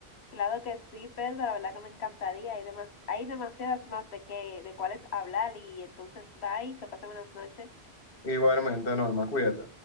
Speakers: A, on the left; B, on the left.
A: Claro que sí, Pedro, la verdad que me encantaría. Hay, demas- hay demasiadas más de que, de cuáles hablar y entonces bye, que pasen buenas noches.
B: Igualmente, Norma, cuídate.